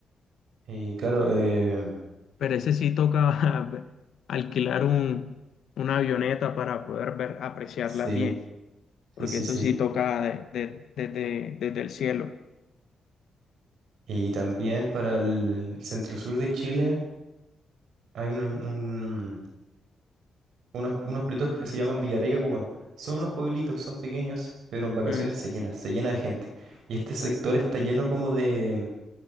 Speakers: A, on the right (about 80°); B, on the left (about 70°).
A: Y claro, eh,
B: Pero ese sí toca <laughs> alquilar un, una avioneta para poder ver, apreciarlas
A: sí,
B: bien,
A: sí,
B: porque
A: sí,
B: eso
A: sí.
B: sí toca de- de- desde desde el cielo.
A: Y también para el centro sur de Chile hay un- un- unos, unos pueblitos que se llaman Villarrica y Pucón. Son unos pueblitos, son pequeños, pero en vacaciones
B: Mm,
A: se llena, se llena de gente. Y este sector está lleno como de